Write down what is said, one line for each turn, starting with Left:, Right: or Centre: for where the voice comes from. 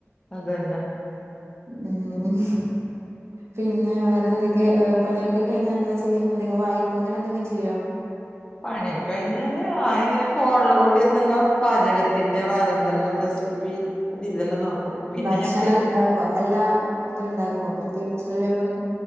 Left: അതന്നെ
Right: ഉം ഉം പിന്നെ വേറെന്തൊക്ക് കേഹ് പണിയൊക്കെ കഴിഞ്ഞന്ത ചെയ്യാ എന്തെങ്കും വായിക്കോ അങ്ങനെ എന്തെങ്കി ചെയ്യോ
Left: പണിയ കഴിഞ്ഞാല് ആ ഇങ്ങനെ ഫോണിൽ കൂടി എന്തെല്ലാം പാചക ത്തിന്റെ വേറെ എന്തെല്ലാം റെസിപ്പി അത് ഇതെല്ലാം നോക്കും പിന്നെ
Right: ഭക്ഷണം
Left: ഞങ്ങക്ക്
Right: ഉണ്ടാക്കൊ എല്ലാ ഇതുണ്ടാക്കോ പ്രത്യേകിച്ചുള്ള വിഭവം